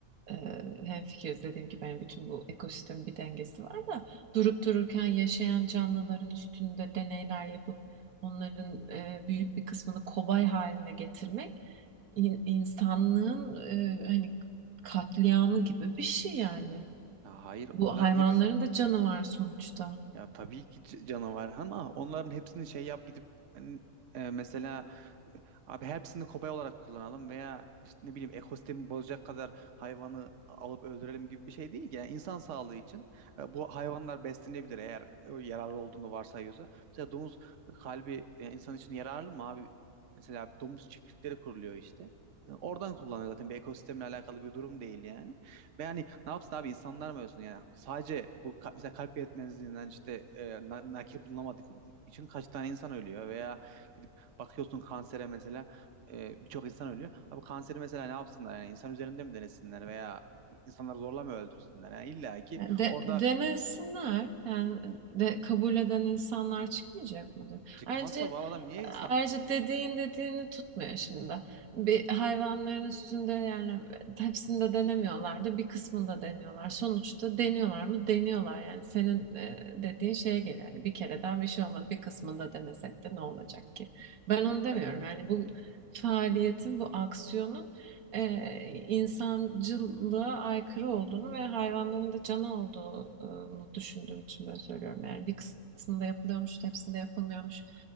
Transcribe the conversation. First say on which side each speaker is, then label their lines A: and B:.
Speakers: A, on the right; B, on the right.
A: Ee, hemfikiriz dediğim gibi yani bütün bu ekosistemin bir dengesi var da durup dururken yaşayan canlıların üstünde deneyler yapıp onların e, büyük bir kısmını kobay haline getirmek in- insanlığın e, hani katliamı gibi bir şey yani.
B: Ya hayır,
A: Bu
B: onların
A: hayvanların
B: hepsi
A: da canı var sonuçta.
B: Ya tabii ki c- canavar ama onların hepsini şey yap gidip hani, e, mesela Abi hepsini kobay olarak kullanalım veya işte ne bileyim ekosistemi bozacak kadar hayvanı alıp öldürelim gibi bir şey değil ki. Yani insan sağlığı için e, bu hayvanlar beslenebilir eğer e, yararlı olduğunu varsayıyorsa. Mesela domuz kalbi e, insan için yararlı mı abi? Mesela domuz çiftlikleri kuruluyor işte. E, Oradan kullanıyor zaten bir ekosistemle alakalı bir durum değil yani. Ve yani ne yapsın abi insanlar mı ölsün yani sadece bu ka- mesela kalp yetmezliğinden işte e, na- nakil bulunamadığı için kaç tane insan ölüyor veya gidip Bakıyorsun kansere mesela e, birçok insan ölüyor. Abi kanseri mesela ne yapsınlar? Yani insan üzerinde mi denesinler veya insanları zorla mı öldürsünler? Yani illa ki
A: Yani De,
B: orada
A: denesinler. Yani e, de, kabul eden insanlar çıkmayacak mıdır?
B: çıkmazsa
A: Ayrıca
B: bu adam niye insan...
A: ayrıca dediğin dediğini tutmuyor şimdi. Bir hayvanların üstünde yani hepsinde denemiyorlar da bir kısmında deniyorlar. Sonuçta deniyorlar mı? Deniyorlar yani. Senin e, dediğin şeye geliyor. Yani bir kereden bir şey olmaz. Bir kısmında denesek de ne olacak ki?
B: Hayır
A: Ben onu demiyorum.
B: ben
A: Yani bu faaliyetin, bu aksiyonun e, insancılığa aykırı olduğunu ve hayvanların da canı olduğunu düşündüğüm için böyle söylüyorum. Yani bir kısmında yapılıyormuş, hepsinde yapılmıyormuş.